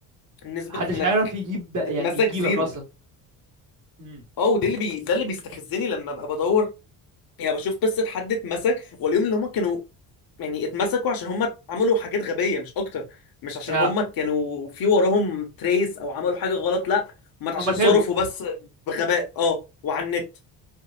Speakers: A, on the left; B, on the right.
A: نسبة
B: محدش
A: انك
B: عارف يجيب بق-
A: تتمسك
B: يعني يجيبك
A: زيرو
B: اصلا امم
A: اه ودي اللي بي... ده اللي بيستفزني لما ببقى بدور يعني بشوف قصة حد اتمسك واليوم اللي هما كانوا يعني اتمسكوا عشان هم عملوا حاجات غبية مش أكتر مش عشان
B: ها
A: هم كانوا في وراهم تريس أو عملوا حاجة غلط لا هم عشان
B: هم اتغابوا
A: صرفوا بس بغباء اه وعلى النت